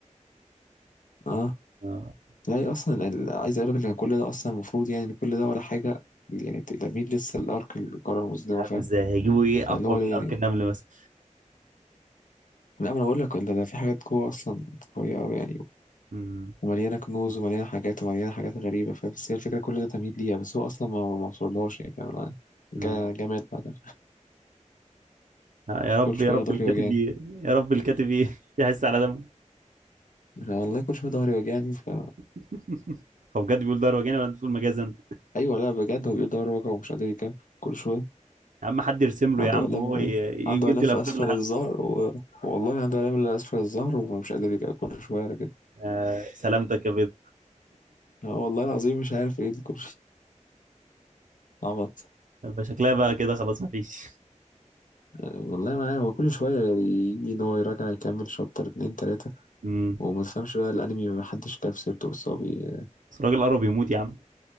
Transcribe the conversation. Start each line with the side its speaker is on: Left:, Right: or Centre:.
Left: اه
Right: اه
Left: لا هي أصلا ال- عايز أقول لك إن كل ده أصلا المفروض يعني إن كل ده ولا حاجة يعني تلاميذ لسه الأرك القارة المظلمة
Right: مش عارف
Left: فاهم
Right: ازاي هيجيبوا ايه
Left: فاللي
Right: اقوى
Left: هو ده
Right: من
Left: يعني
Right: ارك النمل مثلا
Left: لا ما أنا بقول لك ده ده في حاجات جوه أصلا قوية أوي يعني
Right: مم.
Left: ومليانة كنوز ومليانة حاجات ومليانة حاجات غريبة فبس هي الفكرة كل ده تمهيد ليها بس هو أصلا ما ما وصلهاش يعني فاهم أنا جا
Right: مم.
Left: جا مات بعدها
Right: آه، يا رب
Left: كل شوية
Right: يا رب
Left: أنا ظهري
Right: الكاتب
Left: وجعني
Right: ي... يا رب الكاتب ي... <laughs> يحس على دمه
Left: والله كل شوية ظهري وجعني ف
Right: <laughs> هو بجد بيقول ده روجاني ولا انت بتقول مجازا
Left: أيوة لا بجد هو بيقول ظهره وجعه ومش قادر يكمل كل شوية
Right: يا عم حد يرسم له
Left: عنده
Right: يا عم
Left: آلام
Right: وهو ي... ي-
Left: عنده
Right: يدي
Left: آلام في
Right: الافكار
Left: أسفل
Right: لحد
Left: الظهر و... والله عنده آلام اللي أسفل الظهر ومش قادر يكمل كل شوية على كده
Right: آه سلامتك يا بيض
Left: آه، والله العظيم مش عارف إيه دي كل عبط
Right: فشكلها بقى كده خلاص مفيش
Left: آه، والله ما عارف هو كل شوية يجي إن هو يراجع يكمل شابتر اتنين تلاتة
Right: امم
Left: وما تفهمش بقى الانمي ما حدش جاب سيرته اصابي
Right: بس الراجل قرب يموت يا عم